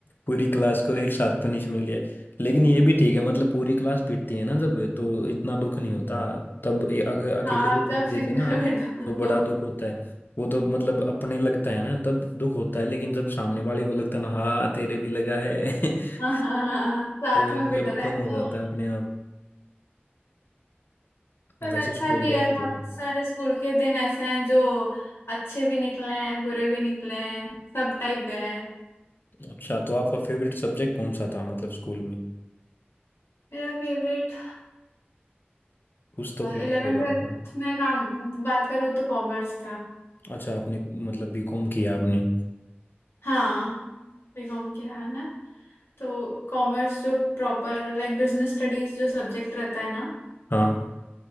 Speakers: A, on the left; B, on the left.
A: पूरी क्लास को एक साथ पनिश मिल गया लेकिन ये भी ठीक है मतलब पूरी क्लास पीटती है ना जब तो इतना दुख नहीं होता तब ये अगर अकेले
B: हाँ आप
A: को
B: जब
A: पीट
B: सिंगल
A: देते ना
B: <laughs> बैठो
A: तो बड़ा
B: तो
A: दुख होता है वो तो मतलब अपने लगता है ना तब दुख होता है लेकिन जब सामने वाले को लगता है ना हाँ तेरे भी लगा है
B: हाँ
A: <laughs>
B: हाँ, हाँ, हाँ, साथ
A: तो वो
B: में
A: मतलब
B: बैठ रहे
A: कम
B: हैं तो
A: हो जाता है अपने आप
B: पर
A: वैसे
B: अच्छा
A: स्कूल
B: भी
A: लाइफ
B: है बहुत
A: थी
B: सारे स्कूल के दिन ऐसे हैं जो अच्छे भी निकले हैं बुरे भी निकले हैं सब टाइप गए हैं
A: अच्छा तो आपका फेवरेट सब्जेक्ट कौन सा था मतलब स्कूल में
B: मेरा फेवरेट
A: कुछ तो फेवरेट
B: इलेवेंथ
A: होगा
B: ट्वेल्थ
A: आपका
B: में काम बात करूँ तो कॉमर्स था
A: अच्छा आपने मतलब बीकॉम किया आपने
B: हाँ बीकॉम किया है ना तो कॉमर्स जो प्रॉपर लाइक बिजनेस स्टडीज जो सब्जेक्ट रहता है ना
A: हाँ